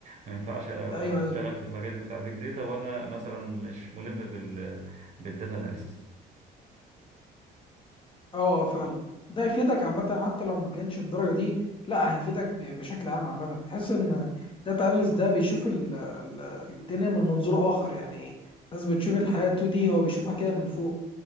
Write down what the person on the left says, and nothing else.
ايوه
ايوه
اه آه، فعلا ده هيفيدك عامة حتى لو ما كانش الدرجة دي لا هيفيدك ب- بشكل عام عامة تحس ان داتا اناليست ده بيشوف ال- ال- الدنيا من منظور اخر يعني الناس بتشوف الحياة 2D هو بيشوفها كده من فوق